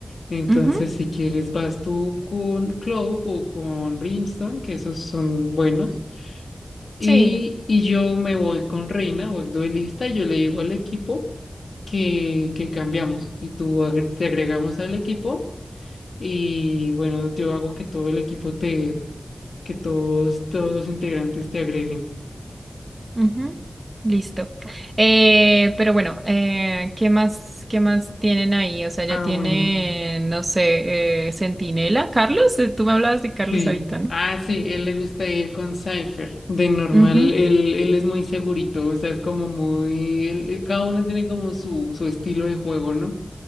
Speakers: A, on the left; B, on the right.
A: Entonces
B: ujú. <laughs>
A: si quieres vas tú con Clove o con Brimstone, que esos son buenos. Y,
B: Sí,
A: y yo me voy con Reina, voy duelista, yo le digo al equipo que, que cambiamos y tú agre- te agregamos al equipo. Y bueno, yo hago que todo el equipo te que todos, todos los integrantes te agreguen.
B: ujú, Listo. Eh, pero bueno, eh, ¿qué más, qué más tienen ahí? O sea, ya
A: Ah,
B: tienen,
A: bueno.
B: no sé, eh, Centinela, Carlos. eh, Tú me hablabas de Carlos
A: Sí.
B: ahorita, ¿no?
A: Ah, sí, él le gusta ir con Cypher. De normal,
B: Ujú,
A: él, él es muy segurito, o sea, es como muy... él- él- cada uno tiene como su, su estilo de juego, ¿no?